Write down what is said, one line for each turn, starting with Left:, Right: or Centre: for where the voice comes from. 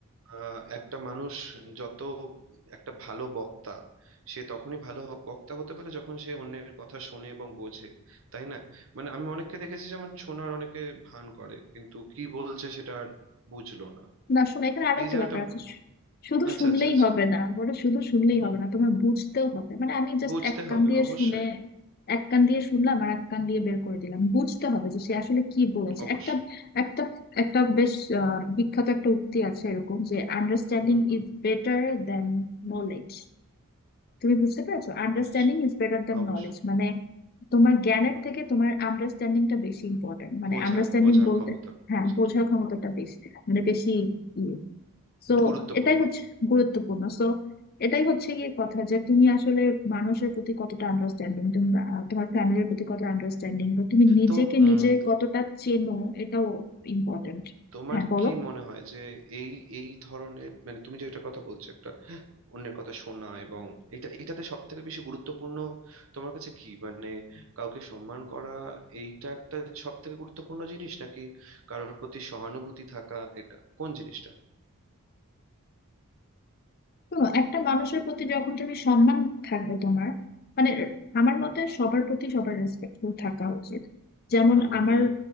Right: আহ, একটা মানুষ যত একটা ভালো বক্তা সে তখনই ভালো হ- বক্তা হতে পারে যখন সে অন্যের কথা শোনে এবং বোঝে তাই না মানে আমি অনেককে দেখেছি যেমন শোনার অনেকে ভান করে কিন্তু কি বলছে সেটা আর বুঝলো না
Left: না শোনো এখানে আরেকটা
Right: এই জায়গাটা
Left: ব্যাপার
Right: উম,
Left: আছে শুধু
Right: আচ্ছা
Left: শুনলেই
Right: আচ্ছা আচ্ছা
Left: হবে না বলে শুধু শুনলেই
Right: হুম
Left: হবে না তোমার বুঝতেও হবে মানে আমি জাস্ট
Right: বুঝতে
Left: এক কান
Right: হবে
Left: দিয়ে
Right: অবশ্যই
Left: শুনে এক কান দিয়ে শুনলাম আর এক কান দিয়ে বের করে দিলাম বুঝতে হবে যে সে আসলে কি বলেছে
Right: অবশ্যই
Left: একটা একটা একটা বেশ আহ, বিখ্যাত একটা উক্তি আছে এরকম যে understanding
Right: হুম হুম
Left: is better than knowledge তুমি বুঝতে পেরেছো understanding
Right: আচ্ছা
Left: is better than
Right: অবশ্যই
Left: knowledge মানে তোমার জ্ঞানের
Right: হুম
Left: থেকে তোমার আন্ডারস্ট্যান্ডিংটা বেশি ইম্পর্টেন্ট মানে
Right: বোঝার
Left: আন্ডারস্ট্যান্ডিং
Right: বোঝার
Left: বলতে
Right: ক্ষমতা
Left: হ্যাঁ
Right: বোঝাটা
Left: বোঝার ক্ষমতাটা বেশি মানে বেশি ইয়ে। তো
Right: গুরুত্বপূর্ণ
Left: এটাই হচ্ছে গুরুত্বপূর্ণ সো এটাই হচ্ছে গিয়ে কথা যে তুমি আসলে মানুষের প্রতি কতটা আন্ডারস্ট্যান্ডিং তুমি আহ, তোমার ফ্যামিলির প্রতি কতটা আন্ডারস্ট্যান্ডিং বা তুমি নিজেকে
Right: তো উম,
Left: নিজে কতটা চেনো এটাও ইম্পর্টেন্ট
Right: তোমার
Left: হ্যাঁ বলো
Right: কি মনে হয় যে এই এই ধরনের মানে তুমি যেটা কথা বলছো একটা অন্যের কথা শোনা এবং এটা এটাতে সব থেকে বেশি গুরুত্বপূর্ণ তোমার কাছে কি মানে কাউকে সম্মান করা এইটা একটা সব থেকে গুরুত্বপূর্ণ জিনিস নাকি কারোর প্রতি সহানুভূতি থাকা এটা কোন জিনিসটা
Left: শোনো একটা মানুষের প্রতি যখন তুমি সম্মান থাকবে তোমার মানে আমার মতে সবার প্রতি সবার রেসপেক্টফুল থাকা উচিত যেমন
Right: হুম
Left: আমার
Right: হুম